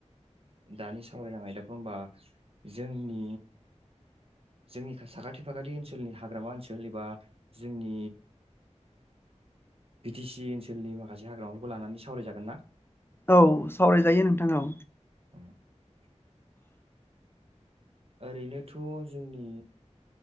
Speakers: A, on the right; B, on the left.
A: दानि सावरायनाय आयदा नङा होनबा जोंनि जोंनि साखाथि फाखाथि ओनसोलनि हाग्रामा ओनसोल एबा जोंनि बिटि सि ओनसोलनि माखासे हाग्रामाफोरखौ लानानै सावरायजागोन ना
B: औ सावरायजायो नोंथां औ
A: उम। ओरैनोथ' जोंनि